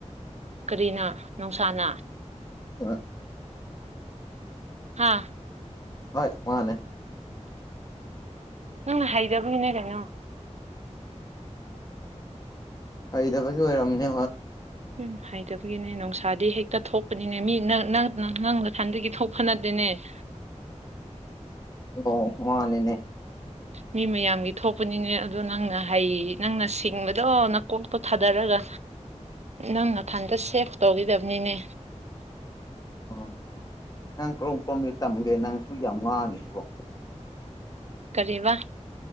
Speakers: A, on the right (about 65°); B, on the left (about 30°).
A: ꯀꯔꯤꯅ ꯅꯨꯡꯁꯥꯅ
B: ꯍꯣꯏ
A: ꯍꯥꯥ
B: ꯍꯣꯏ ꯃꯥꯅꯦ
A: ꯅꯪꯅ ꯍꯩꯗꯕꯒꯤꯅꯦ ꯀꯩꯅꯣ
B: ꯑꯩꯗꯕꯒꯤ ꯑꯣꯏꯣꯏꯔꯝꯅꯦ
A: ꯎꯝ ꯍꯥꯏꯇꯕꯒꯤꯅꯦ ꯅꯨꯡꯁꯥꯗꯤ ꯍꯦꯛꯇ ꯊꯣꯛꯄꯅꯤꯅꯦ ꯃꯤ ꯅ ꯅꯪ ꯂꯀꯥꯟꯗꯒꯤ ꯊꯣꯛ ꯐꯅꯗꯦꯅꯦ <inaudible>
B: ꯑꯣ ꯃꯥꯅꯦꯅꯦ
A: ꯃꯤ ꯃꯌꯥꯝꯒꯤ ꯊꯣꯛꯄꯅꯤꯅꯦ ꯑꯗꯣ ꯅꯪꯅ ꯍꯩ ꯅꯪꯅ ꯁꯤꯡꯕꯗꯣ ꯅꯀꯣꯛꯇꯣ ꯊꯥꯗꯔꯒ ꯅꯪ ꯅꯊꯟꯗ ꯁꯦꯚ ꯇꯧꯕꯤꯗꯕꯅꯤꯅꯦ
B: ꯎ ꯅꯪ ꯀꯔꯝ ꯀꯔꯣꯝꯗꯤ ꯇꯝꯒꯦ ꯅꯪꯁꯨ ꯌꯥꯝ ꯋꯥꯥꯡꯉꯤꯁꯤꯕꯣ
A: ꯀꯔꯤ ꯋꯥ